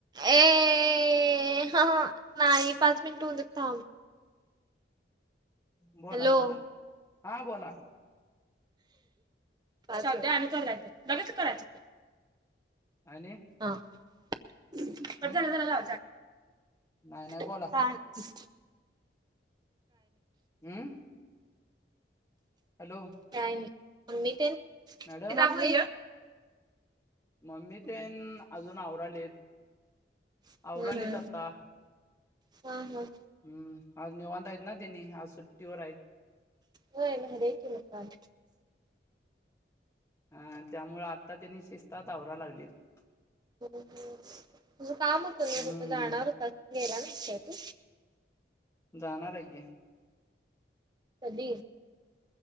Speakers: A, on the right; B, on the left.
A: ए ह नाही पाच मिनिट होऊन थांब
B: बोला
A: हॅलो
B: बोला हा बोला
A: चालते आणि करायचं लगेच करायचं
B: आणि
A: हा अच
B: हम्
A: चला लाव
B: नाही नाही
A: का
B: बोला
A: ह
B: अमम हॅलो
A: काय मम्मी तेन
B: मॅडम
A: मम्मी
B: मम्मी ते अजून आवरालेत
A: हम्म
B: आवरालेत
A: हम्म
B: आता
A: हा हा
B: हम्म अव अंद यत ना देीन आज सुट्टवररयत
A: होय मर क लकाम
B: हा त्यामुळे आता त्यांनी शिस्तात आवरा लागलीत
A: हो हो तुझं काम होतं त
B: हम्म
A: कुठ जाणार होता गेला ना तू
B: जाणार आहे के
A: कध